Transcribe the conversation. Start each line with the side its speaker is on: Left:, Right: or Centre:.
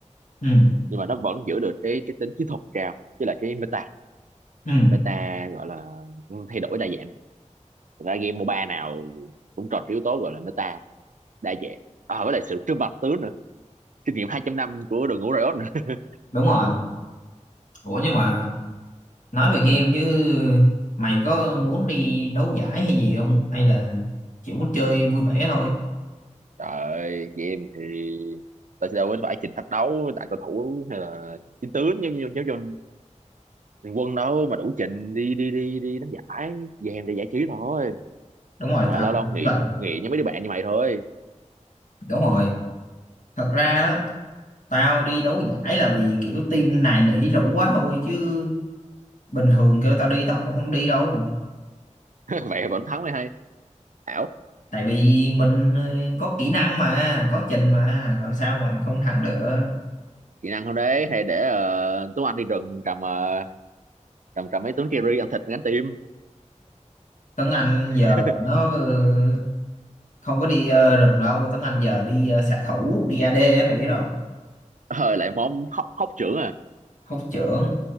Left: ừ
Right: nhưng mà nó vẫn giữ được cái cái tính chiến thuật cao với lại cái meta
Left: ừ
Right: meta gọi là thay đổi đa dạng Thật ra game MOBA nào cũng tròn cái yếu tố gọi là meta đa dạng à, với lại sự trưng bằng tướng nữa kinh nghiệm 200 năm của đội ngũ Riot nữa <laughs>
Left: đúng rồi ủa nhưng mà nói về game chứ mày có muốn đi đấu giải hay gì không hay là chỉ muốn chơi vui vẻ thôi
Right: Trời game thì tao sẽ đâu có phải trình thách đấu đại cầu thủ hay là chiến tướng giống như giống cho thằng quân đâu mà đủ trình đi đi đi đi đánh giải game để giải trí thôi
Left: đúng rồi
Right: mà
Left: tao
Right: lâu
Left: cũng
Right: lâu nghỉ
Left: nghĩ vậy
Right: nghỉ với mấy đứa bạn như mày thôi
Left: đúng rồi thật ra á tao đi đấu giải là vì kiểu team này nỉ rủ quá thôi chứ bình thường kêu tao đi tao cũng không đi đâu
Right: <laughs> mày vẫn thắng mày hay ảo
Left: tại vì mình ờ, có kỹ năng mà có trình mà làm sao mà không thắng được
Right: kỹ năng không đấy hay để uh, Tuấn Anh đi rừng cầm ờ, cầm trầm mấy tướng Kerry ăn thịt gánh tim
Left: Tuấn Anh
Right: <laughs>
Left: giờ nó ờ, không có đi ờ, rừng đâu Tuấn Anh giờ đi ờ, xạ thủ đi AD á mày biết đâu
Right: ờ lại món hóc hóc trưởng à
Left: hốt trưởng